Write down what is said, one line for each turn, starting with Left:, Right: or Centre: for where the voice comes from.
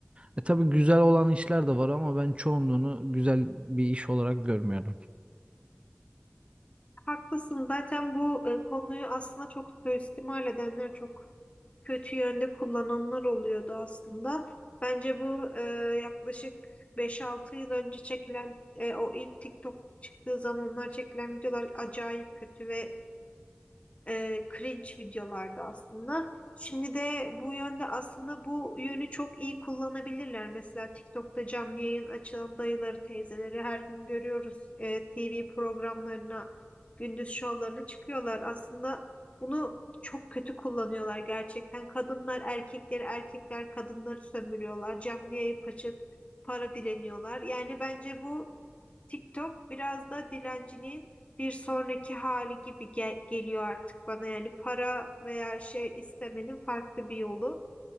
Right: E tabii güzel olan işler de var ama ben çoğunluğunu güzel bir iş olarak görmüyorum.
Left: Haklısın zaten bu e, konuyu aslında çok suistimal edenler çok kötü yönde kullananlar oluyordu aslında. Bence bu e, yaklaşık beş altı yıl önce çekilen e, o ilk TikTok çıktığı zamanlar çekilen videolar acayip kötü ve e, cringe videolarda aslında. Şimdi de bu yönde aslında bu yönü çok iyi kullanabilirler. Mesela TikTok'ta canlı yayın açılan dayıları, teyzeleri her gün görüyoruz. E, TV programlarına, gündüz şovlarına çıkıyorlar. Aslında bunu çok kötü kullanıyorlar gerçekten. Kadınlar erkekleri, erkekler kadınları sömürüyorlar. Canlı yayıp açıp para dileniyorlar. Yani bence bu TikTok biraz da dilenciliğin bir sonraki hali gibi gel- geliyor artık bana. Yani para veya şey istemenin farklı bir yolu.